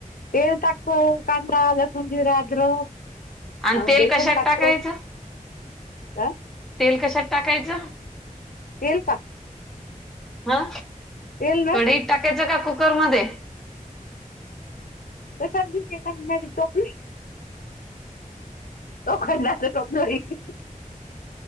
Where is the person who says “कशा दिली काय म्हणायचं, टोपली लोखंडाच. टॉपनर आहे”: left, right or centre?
Left